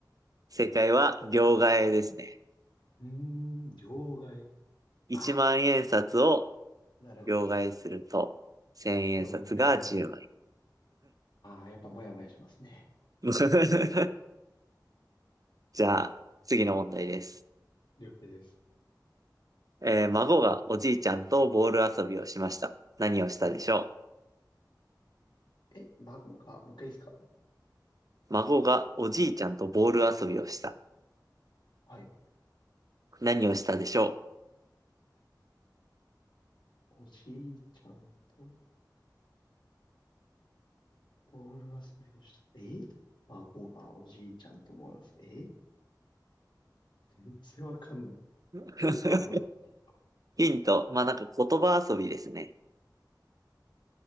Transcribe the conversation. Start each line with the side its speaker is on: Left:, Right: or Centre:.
Right: 正解は両替えですね。
Left: うーん、両替。
Right: 1万円札を
Left: あ、なるほど。
Right: 両替すると、1000円札が10枚。
Left: 了解です。ああ、やっぱもやもやしますね。
Right: <laughs> じゃあ、次の問題です。
Left: 了解です。
Right: えー孫がおじいちゃんとボール遊びをしました。何をしたでしょ
Left: はい。え、孫が、もう一回いいですか
Right: う孫がおじいちゃんとボール遊びをした。
Left: はい。
Right: 何をしたでしょ
Left: おじいちゃんとボール遊びをした。え孫がおじいちゃんとボール遊び。え全然わかんない。
Right: う <laughs>
Left: ヒントありますかヒント。
Right: ヒント。まあ、なんか言葉遊びですね。